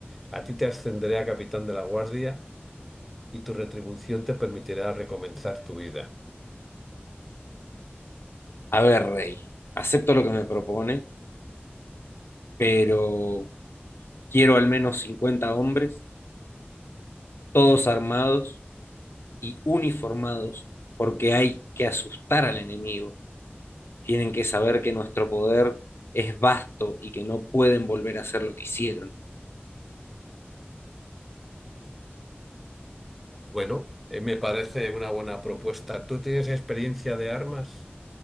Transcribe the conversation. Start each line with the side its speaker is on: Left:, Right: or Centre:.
Centre: a ti te ascenderé a capitán de la guardia y tu retribución te permitirá recomenzar tu vida.
Left: A ver, Rey, acepto lo que me propone, pero quiero al menos 50 hombres, todos armados y uniformados, porque hay que asustar al enemigo. Tienen que saber que nuestro poder es vasto y que no pueden volver a hacer lo que hicieron.
Centre: Bueno, eh, me parece una buena propuesta. ¿Tú tienes experiencia de armas?